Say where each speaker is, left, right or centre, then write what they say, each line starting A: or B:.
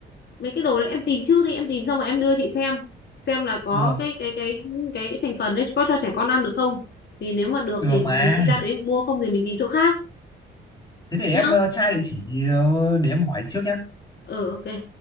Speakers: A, on the left; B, on the left.
A: mấy cái đồ đấy em tìm trước đi em tìm xong rồi em đưa chị xem xem là có
B: vâng,
A: cái cái cái cái cái thành phần đấy có cho trẻ con ăn được không thì nếu mà được
B: được
A: thì mình
B: mà.
A: đi ra đấy mua không thì mình tìm chỗ khác
B: Thế để em
A: nhá
B: ờ, tra địa chỉ ờ, để em hỏi trước nhá.
A: ừ ok